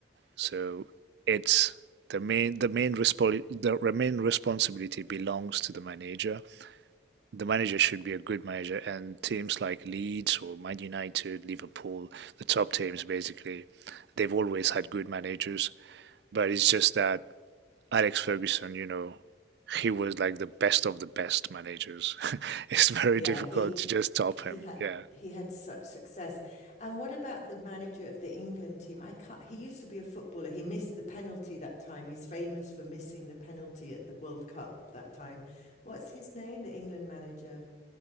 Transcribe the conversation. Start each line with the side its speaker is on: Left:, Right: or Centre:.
Right: So it's the main the main respo- the main responsibility belongs to the manager. The manager should be a good manager, and teams like Leeds or Man United, Liverpool, the top teams basically, they've always had good managers. But it's just that Alex Ferguson, you know, he was like the best of the best managers. <laughs> It's very
Left: Yeah,
Right: difficult
Left: he
Right: to just top
Left: he
Right: him.
Left: had
Right: Yeah.
Left: he had such success. And what about the manager of the England team? I can't, he used to be a footballer. He missed the penalty that time. He's famous for missing the penalty at the World Cup that time. What's his name? The England manager.